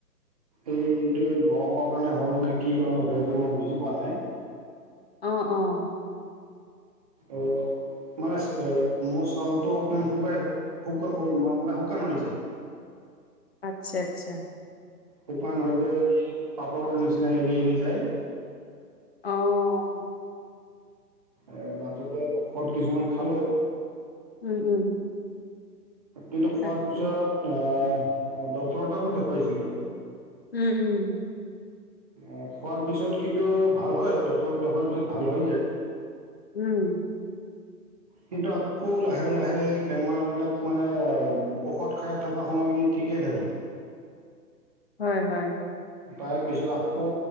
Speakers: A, on the right; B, on the left.
A: এই এইটো গৰমৰ কাৰণে হ'ল নে কি কাৰণত হৈ আছে মই বুজি পোৱা নাই।
B: অ', অ'।
A: অ'। মানে এ মোৰ চালটো অকমান শুকাই শু-শু- মানে শুকান হৈ যায়।
B: আচ্ছা আচ্ছা।
A: শুকান হয় যায় এই পাপৰৰ নিচিনা এৰি এৰি যায়।
B: অ'।
A: এ মাজতে ঔষধ কিছুমান খালোঁ।
B: উম, উম।
A: কিন্তু খোৱাৰ
B: তাকে
A: পিছত অ' ডক্টৰৰ তাতো দেখুৱাইছিলোঁ।
B: উম, উম।
A: অ' খোৱাৰ পিছত কিন্তু ভাল হয় ডক্টৰক দেখুৱাৰ পিছত ভাল হৈ যায়।
B: উম।
A: কিন্তু আকৌ লাহে লাহে বেমাৰবিলাক মানে অ' ঔষধ খাই থকা সময় ঠিকে থাকে।
B: <inaudible> হয় হয়।
A: তাৰ পিছত আকৌ